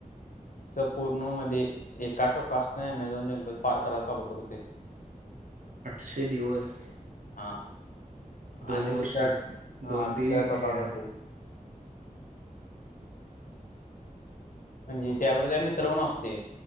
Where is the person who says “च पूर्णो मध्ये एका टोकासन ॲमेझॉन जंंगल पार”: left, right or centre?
Left